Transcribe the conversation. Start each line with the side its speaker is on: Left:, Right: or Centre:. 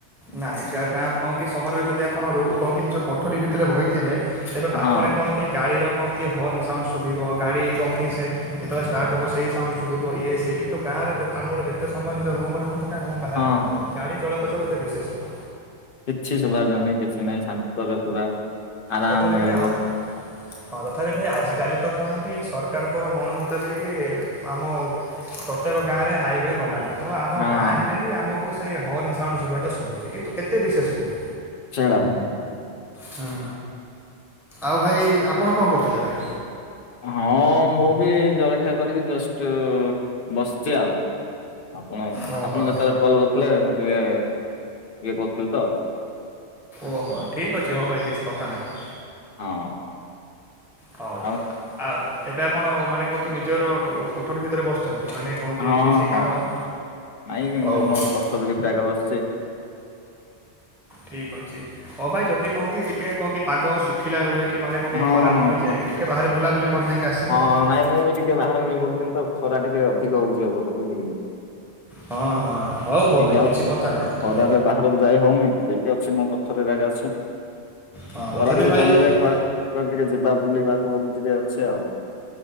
Centre: ନାଇଁ ଗା ଗାଁ କନ୍ କିି ସହରରେ ଯଦି ଆପଣ ରୁ କନ୍ କି ନିଜ କୋଠରୀ ଭିତରେ ବଇଥିବେ ତେବେ ପାଖରେ
Left: ହଁ
Centre: କଣ କି ଗାଡ଼ିର କନ୍ କି ହର୍ଣ୍ଣ ସାଉଣ୍ଡ ଶୁଭିବ ଗାଡ଼ି କନ୍ କି ସେ ଯେତେବେଳେ ଷ୍ଟାର୍ଟ ହବ ସେଇ ସାଉଣ୍ଡୁ ସୁଭିବ ଇଏ ସିଏ କିନ୍ତୁ ଗାଁରେ ଯେତେ ଆମର ଯେତେ ସମୟ ନିଜ ରୁମ ରୁହନ୍ତୁ ବା ରୁମ୍ ବାହାରେ
Left: ହଁ
Centre: ରୁହନ୍ତୁ
Left: ହଁ
Centre: ଗାଡି ଚଳପ୍ରଚଳ ଏତେ ବିଶେଷ
Left: କିଛି ଶୁଭାଯାଉନି କିଛି ନାହିଁ ଶାନ୍ତରେ ପୁରା ଆରାମ
Centre: ତଥାପି
Left: ମିଳିବ।
Centre: ଭାଇ ଆ ହଁ ତଥାପି ଭାଇ ଆଜିକାଲି ତ କଣ କି ସରକାରଙ୍କର ମନ ମୁତାବିକ ଆମ ପ୍ରତ୍ୟକ ଗାଁ ରେ ହାଇୱେ ଗଲାଣି। ତ ଆମ
Left: ହଁ
Centre: ଗାଁ
Left: ହଁ
Centre: ହେଲେ ବି ଆମକୁ ସେଇ ହର୍ଣ୍ଣ ସାଉଣ୍ଡ ଶୁଭିବା ଟା ଶୁଭୁଛି କିନ୍ତୁ ଏତେ ବିଶେଷ ନୁହଁ।
Left: <unintelligible>
Centre: ହଁ ଆଉ ଭାଇ ଆପଣ କଣ କରୁଥିଲେ ଏବେ?
Left: ହଁ ମୁଁ ବି ଜଳଖିଆ କରିକି ଜଷ୍ଟ ବସିଛି ଆଉ। ଆପଣ,
Centre: ଓହୋ
Left: ଆପଣ ଯେତେବେଳେ କଲ୍ କରୁଥିଲେ ମୁଁ ଟିକେ ଇଏ କରୁଥିଲି ତ।
Centre: ଓହୋ
Left: ଏଠି
Centre: ଠିକ୍ ଅଛି ହଉ ଭାଇ କିଛି କଥା ନାହିଁ।
Left: ହଁ।
Centre: ହଉ
Left: ଆଉ
Centre: ଆ ଏବେ ଆପଣ ମାନେ କନ କି ନିଜର କୋଠରୀ ଭିତରେ ବସିଚନ୍ତି ମାନେ କଣ କି
Left: ହଁ,
Centre: କିଛି
Left: ହଁ
Centre: କାମ ହଉ
Left: ନାଇଁ
Centre: ହଉ
Left: ମୁଁ
Centre: ହୁଁ
Left: ମୋ କଠୋରି ଭିତରେ ଆଗେ ବସିଚି।
Centre: ଠିକ୍ ଅଛି ହ ଭାଇ ଯଦି କନ୍ କି ଟିକେ କନ୍ କି ପାଗ ଶୁଖିଲା ରୁହେ କି ମାନେ
Left: ହଁ
Centre: ଖରା
Left: ହଁ
Centre: କମିଯାଆ
Left: ହଁ।
Centre: ଟିକେ ବାହାରେ ବୁଲାବୁଲି କରିଦେଇକି ଆସିବେ
Left: ହଁ
Centre: ଆଉ।
Left: ନାଇଁ ମୁଁ ବି ଟିକେ ବାହାରକୁ ଯି ବୁଥିଲି ତ ଖରା ଟିକେ ଅଧିକ ହଉଛି ଅପଟକୁ ବୁଝିଲ କିି?
Centre: ହଁ, ହଁ ହଉ, ହଉ ଭାଇ
Left: ଆଉ
Centre: କିଛି କଥା ନାହିଁ।
Left: ଖରାରେ ବାହାରକୁ ଯାଇ ହଉନି ଟିକେ ଅଛି ମୋ କଥରେ ହେଲେ ଆକା ଅଛି
Centre: ହଁ ତଥାପି
Left: ଖରା ଟିକେ
Centre: ଭାଇ
Left: କମିଲେ
Centre: ଏ-
Left: କୁଆଡେ କୁଆଡ଼େ ଟିକେ ଯିବା ବୁଲିବାକୁ ବୋଲି ଟିକେ ଅଛି ଆଉ।